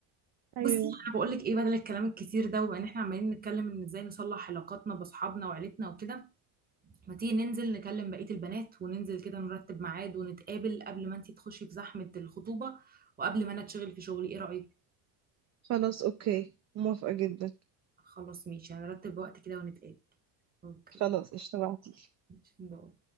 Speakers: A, on the right (about 35°); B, on the right (about 20°).
A: ايوه
B: بصي انا بقول لك ايه بدل الكلام الكتير ده وان احنا عمالين نتكلم ان ازاي نصلح علاقاتنا باصحابنا وعيلتنا وكده ما تيجي ننزل نكلم بقية البنات وننزل كده نرتب ميعاد ونتقابل قبل ما انتي تخشي في زحمة الخطوبة وقبل ما انا اتشغل في شغلي ايه رأيك؟
A: خلاص اوكي موافقة جدا
B: خلاص ماشي هنرتب وقت كده ونتقابل اوكي
A: خلاص اشتبعتي
B: ماشي باي